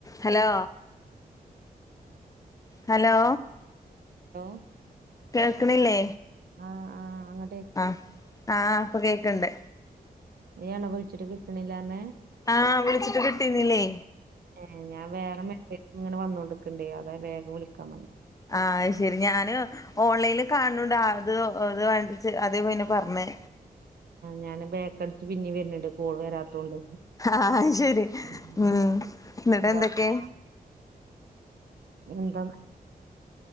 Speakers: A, on the left (about 20°); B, on the right (about 80°).
A: Hello hello
B: hello
A: കേൾക്കിണില്ലേ?
B: ആഹ് ആഹ് ആ
A: ആഹ് ആഹ് ഇപ്പൊ കേൾക്ക് ണ്ട്.
B: നീയാണോ വിളിച്ചിട്ട് കിട്ടണില്ലാന്ന്പർഞ്ഞേ?
A: ആഹ് വിളിച്ചിട്ട് കിട്ടീന്നിലേ.
B: ഏ ഞാൻ വേറെ മെസേജ്ങ്ങനെ വന്നോണ്ടിക്കണ്ടേ അതാ വേഗം വിളിക്കാ വന്ന്
A: ആഹ് അയ് ശെരി ഞാന് ഓൺലൈനില് കാണുണൂണ്ട്. ആൾ അത് അത് വേണ്ട്ച്ച് അതേ പിന്നെ പറഞ്ഞേ.
B: ഞാൻ ബേക്കടിച്ച് പിന്നേം വെര്ന്ണ്ട് കോൾ വരാത്തോണ്ട്
A: ആഹ് അത് ശരി
B: പിന്നെ
A: ഉം എന്നിട്ട്
B: എന്താ
A: എന്തൊക്കെ
B: വർത്താനം? എന്താന്ന്?